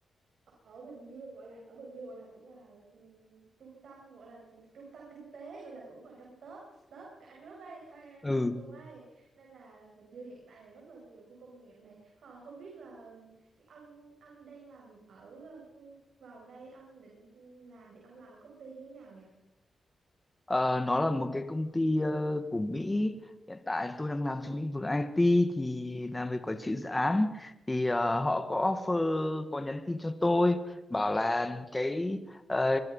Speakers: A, on the right; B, on the left.
A: ở Bình Dương gọi là ở Bình Dương gọi là cũng là ừ, trung tâm gọi là cũng trung tâm kinh tế gọi là cũng là trong top top cả nước ấy thôi
B: Ừ.
A: luôn ấy nên là Bình Dương hiện tại là rất là nhiều khu công nghiệp này Ờ, không biết là cái ông ông đang làm ở ừ, vào đây ông định làm thì ông làm ở công ty như thế nào nhỉ
B: Ờ, nó là một cái công ty ờ, của Mỹ hiện tại tôi đang
A: ừ
B: làm trong lĩnh vực IT thì làm về quản trị dự án thì ờ, họ có offer có nhắn tin cho tôi bảo là cái ờ,